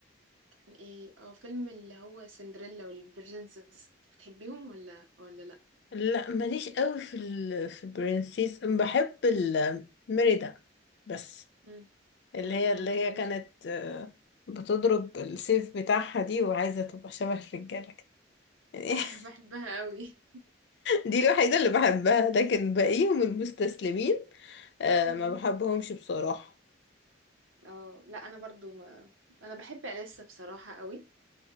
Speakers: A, on the right; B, on the left.
A: كان ايه اه فيلم اللي هو سندريلا والبرنسس بتحبيهم ولا ولا لا
B: لا ماليش قوي في ال... في برنسيس بحب الميريدا بس
A: مم.
B: اللي
A: مم.
B: هي اللي
A: انا ما بتحبش
B: هي كانت أه بتضرب السيف بتاعها دي وعايزة تبقى شبه الرجالة كده يعني
A: ايوه
B: <laughs>
A: بحبها قوي
B: دي الوحيدة اللي بحبها لكن باقيهم المستسلمين أه
A: مم.
B: ما بحبهمش بصراحة
A: اه لا انا برضو ما انا بحب اليسا بصراحة قوي